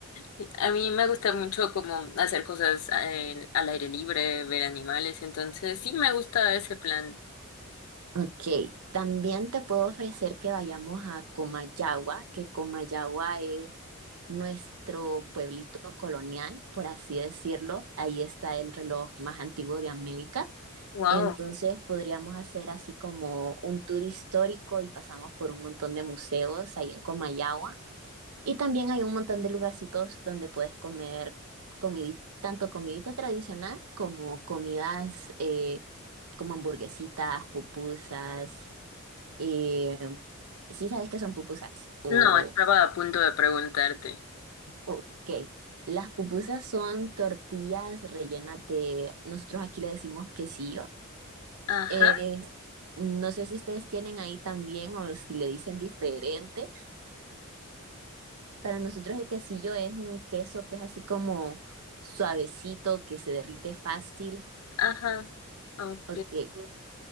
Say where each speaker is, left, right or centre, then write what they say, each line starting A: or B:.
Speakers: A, on the left; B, on the right.
A: Sí, A mí me gusta mucho como hacer cosas eh, al aire libre, ver animales, entonces sí me gusta ese plan.
B: ok, también te puedo ofrecer que vayamos a Comayagua, que Comayagua es nuestro pueblito colonial, por así decirlo. Ahí está el reloj más antiguo de América.
A: Wow.
B: Entonces podríamos hacer así como un tour histórico y pasamos por un montón de museos ahí en Comayagua. Y también hay un montón de lugarcitos donde puedes comer comidi- tanto comidita tradicional como comidas eh, como hamburguesitas, pupusas. Eh, ¿sí sabes qué son pupusas? O,
A: No, estaba a punto de preguntarte.
B: ok. Las pupusas son tortillas rellenas de, nosotros aquí le decimos quesillo
A: Ajá.
B: Eh, no sé si ustedes tienen ahí también o si le dicen diferente. Para nosotros el quesillo es un queso que es así como suavecito, que se derrite fácil.
A: Ajá, ok.
B: Ok.